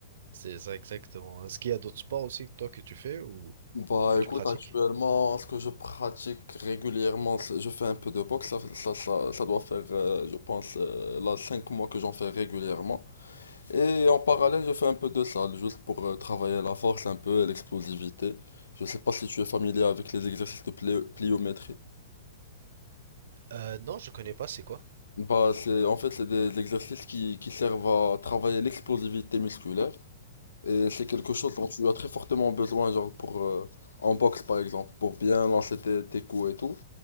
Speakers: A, on the right; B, on the left.
A: c'est ça exactement. Est-ce qu'il y a d'autres sports aussi que toi que tu fais ou
B: Bah
A: que tu
B: écoute,
A: pratiques?
B: actuellement, ce que je pratique régulièrement, c'est- je fais un peu de boxe. Ça, ça, ça, ça doit faire, euh, je pense, euh, là 5 mois que j'en fais régulièrement. Et en parallèle, je fais un peu de salle, juste pour euh, travailler la force un peu et l'explosivité. Je sais pas si tu es familier avec les exercices de plé- pliométrie.
A: Euh, non, je connais pas, c'est quoi?
B: Bah, c'est, en fait, c'est des, des exercices qui, qui servent à travailler l'explosivité musculaire. Et c'est quelque chose dont tu as très fortement besoin, genre pour, euh, en boxe par exemple, pour bien lancer tes, tes coups et tout.